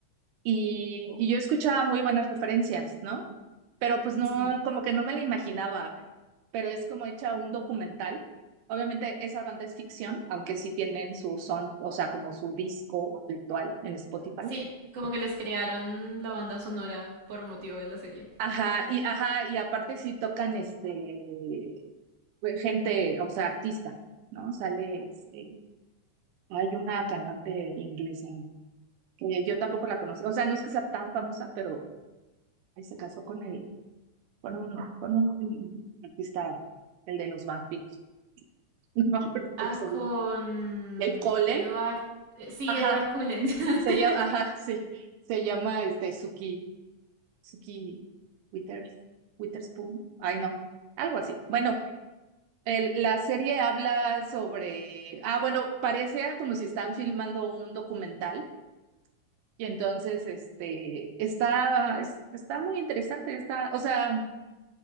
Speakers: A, on the right; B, on the right.
A: y, y yo escuchaba muy buenas referencias, ¿no? Pero pues no,
B: sí.
A: como que no me la imaginaba, pero es como hecha un documental. Obviamente esa banda es ficción, aunque sí tienen su son, o sea, como su disco virtual en Spotify.
B: Sí, como que les crearon la banda sonora por motivo de la serie.
A: Ajá, y ajá, y aparte sí tocan este pues, gente, o sea, artista, ¿no? Sale este, hay una cantante inglesa que yo tampoco la conozco, o sea, no es que sea tan famosa, pero ahí se casó con él con un, con un artista, el de los vampiros. <laughs> No, pero ¿cómo
B: Ah,
A: se
B: con
A: llama? ¿El Colin?
B: Edward. eh, Sí,
A: Ajá,
B: Edward Cullen.
A: se
B: <laughs>
A: llama, ajá, sí, se llama este Suki, Suki Withers, Witherspoon. Ay, no, algo así. Bueno, el- la serie habla sobre, ah, bueno, parecía como si están filmando un documental y entonces, este, está, es- está muy interesante, está, o sea,